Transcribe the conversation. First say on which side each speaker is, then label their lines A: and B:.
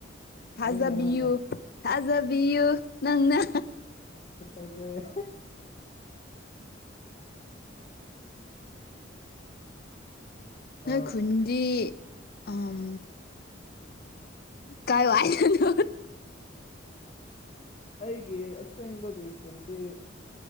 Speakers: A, on the left; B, on the left.
A: ꯊꯥꯖꯥꯕꯤꯌꯨ
B: ꯍꯣꯏꯅꯦ ꯍꯣꯏꯅꯦ
A: ꯊꯥꯖꯥꯕꯤꯌꯨ ꯅꯪꯅ
B: ꯑꯖꯩꯌꯦ
A: ꯅꯣꯏ
B: ꯑ
A: ꯈꯨꯟꯗꯤ ꯑꯝ ꯀꯥꯏ ꯋꯥꯏꯗꯅꯣ
B: ꯑꯩꯒꯤ ꯑꯁꯦꯡꯕꯒꯤ ꯈꯨꯟꯗꯤ